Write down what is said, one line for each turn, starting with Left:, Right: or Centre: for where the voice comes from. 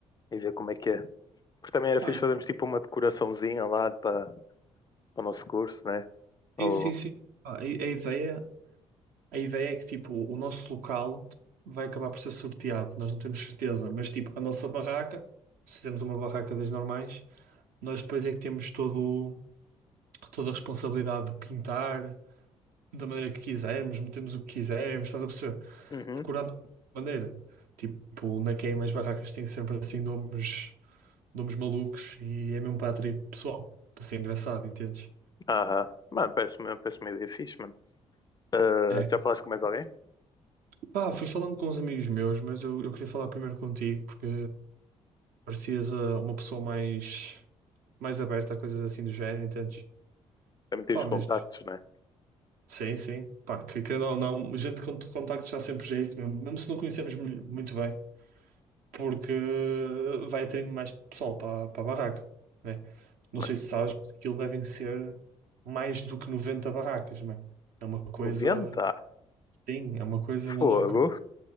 Left: e ver como é que é? Porque também era
Right: Pá,
Left: fixe fazermos tipo uma decoraçãozinha lá para, para o nosso curso, né? Ou...
Right: Sim, sim, sim. Ah, A, a ideia, a ideia é que tipo, o nosso local vai acabar por ser sorteado, nós não temos certeza, mas tipo, a nossa barraca, se temos uma barraca das normais, nós depois é que temos todo, toda a responsabilidade de pintar da maneira que quisermos, metemos o que quisermos, estás a perceber?
Left: Uhum.
Right: Decorar da maneira. Tipo, na queima as barracas têm sempre assim nomes, nomes malucos e é mesmo para atrair pessoal, para ser engraçado, entendes?
Left: Aham. Mano, parece-me parece uma ideia fixe, mano. Ah,
Right: É.
Left: já falaste com mais alguém?
Right: Pá, fui falando com uns amigos meus, mas eu, eu queria falar primeiro contigo porque parecias ah, uma pessoa mais, mais aberta a coisas assim do género, entendes?
Left: Também tive
Right: Pá,
Left: os contactos,
Right: mas
Left: né?
Right: sim, sim. Pá, que querendo ou não, gente com contacto está sempre jeito, mesmo, mesmo se não conhecemos mu- muito bem, porque vai atraindo mais pessoal para, para a barraca, né? Não
Left: Mas
Right: sei se sabes, mas aquilo devem ser mais do que 90 barracas, mano. É uma coisa,
Left: 90?
Right: sim, é uma coisa maluca.
Left: Fogo.